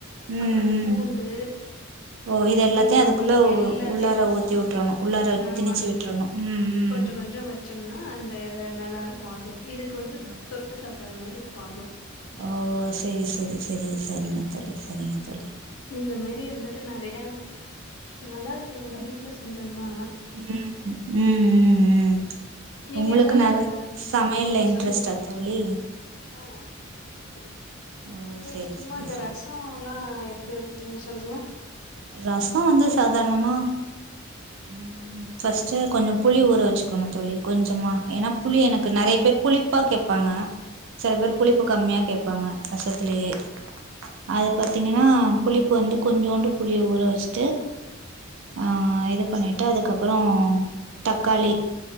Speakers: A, on the right; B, on the left.
A: ம்
B: அப்ற இந்த
A: ம்
B: பூண்டு அப்ற
A: ஓ
B: இந்த
A: இது எல்லாத்தையு
B: புளித்தண்ணி
A: அதுக்குள்ள உ
B: எல்லாத்தையு
A: உள்ளார ஊத்தி விட்றணு உள்ளார
B: நாமா
A: திணிச்சு விட்றணு ம் ம்
B: கொஞ்ச கொஞ்சொ வ ச்சொம்னா அந்த நல்லாருக்கு அது இதுக்கு வந்து
A: ஓ
B: தொட்டு சாப் புர மாரி இருக்கு அது
A: ஓ செரி செரி செரி செரிங்க தோழி செரிங்க தோழி
B: இந்த மாரி வந்துட்டு நறைய நல்லாருக்கு நம்ப வீட்ல செஞ்சொம்னா
A: ம்‌ ம் ம் ம்
B: நீங்க
A: உங்களுக்கு
B: ஏதாவது
A: நறைய
B: ஒரு
A: சமையல்ல
B: இது
A: இன்ட்ரெஸ்டா
B: சொல்லுங்
A: தோழி
B: ஆ <inaudible>
A: ஓ செரி
B: சும்மா
A: செரி
B: இந்த
A: செரி
B: ரசோல்லா எ ப்பிடி வப்பிங்கன் சொல்லுங்க
A: ரச வந்து சாதாணமா ம் ஃபஸ்ட்டு கொஞ்ச புளி ஊற வச்சுக்கணு தோழி கொஞ்சமா ஏன்னா புளி எனக்கு நறைய பேர் புளிப்பா கேப்பாங்க செல பேர் புளிப்பு கம்மியா கேப்பாங்க ரசத்திலயே அது பாத்தீங்கனா புளிப்பு வந்து கொஞ்சோன்டு புளிய ஊற வச்சுட்டு அ இது பண்ணிட்டு அதுக்கப்புறோ தக்காளி